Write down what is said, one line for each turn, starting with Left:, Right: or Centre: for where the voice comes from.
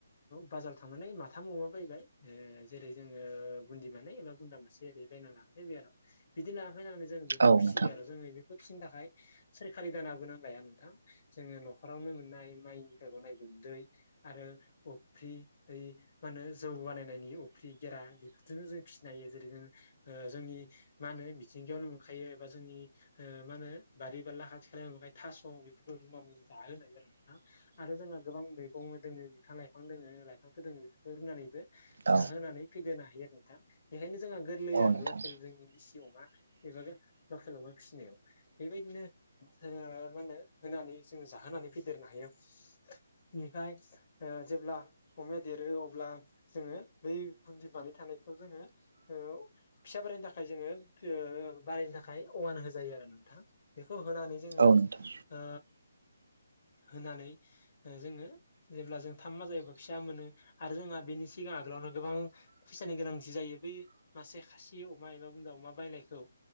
Left: बाजाराव थांनानै माथाम अमा बायबाय जेरै जोङो बुन्दि मानै एबा बुन्दा मासे ओरै बायना लाना फैबाय आरो बिदि ला फैनानै जों बेखौ
Right: औ नोंथां औ
Left: फिसिबाय
Right: नोंथां
Left: आरो जोङो बेखौ फिसिनो थाखाय सोरखारि दानाबो नांलाया नोंथां जोङो न'खरावनो मोननाय माइनिफ्राय गनाय गुन्दै आरो अफ्रि ओइ मा होनो जौ बानायनायनि अफ्रि गेरा बेफोरजोंनो जों फिसिनो‌ हायो जेरै जों जोंनि मा होनो मिथिंगायावनो मोनखायो एबा जोंनि ओ मा होनो बारि बारला खाथि खालायाव मोनखायो थास' बेफोरखौ रुनानै जाहोनायो आरो नोंथां आरो जोंहा गोबां मैगं दोङो बिफां लाइफां दोङो लाइफांफोर दोङो बेफोरखौ रुनानैबो
Right: औ
Left: जाहोनानै फेदेनो हायो आरो नोंथां बेखायनो जोंहा गोरलै
Right: औ
Left: आरो
Right: नोंथां
Left: लकेल जोंनि दि सि अमा एबा लखेल अमा फिसिनायाव बेबायदिनो ओ मा होनो होनानै जोङो जाहोनानै फेदेरनो हायो बेनिफ्राय जेब्ला अमाया देरो अब्ला जोङो बै बुन्दि मानै थानायखौ जोङो ओ फिसाफोरनि थाखाय जोङो ओ बारायनो थाखाय अमानो होजायो आरो नोंथां बेखौ होनानै जोङो
Right: औ नोंथां औ नोंथां
Left: ओ होनानै जोङो जेब्ला जों थाम मा जायोा फिसा मोनो आरो जोंहा बेनि सिगां आगोलावनो गोबां फैसानि गोनांथि जायो बै मासे खासि अमा एबा बुन्दा अमा बायनायखौ